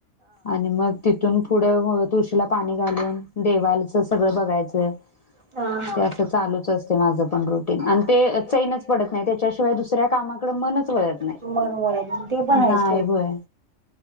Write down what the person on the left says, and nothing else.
आणि मग तिथून पुढं म तुळशीला पाणी घालून देवालच सगळं बघायचं
ते असं चालूच असत माझं पण रोज आणि ते चैनच पडत नाही त्याच्याशिवाय दुसऱ्या कामाकड मनच वळत नाही.
नाही होय